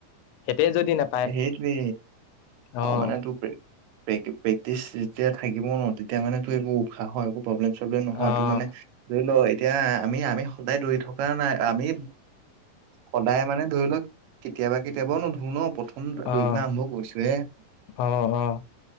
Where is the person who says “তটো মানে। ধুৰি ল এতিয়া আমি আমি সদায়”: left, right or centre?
Right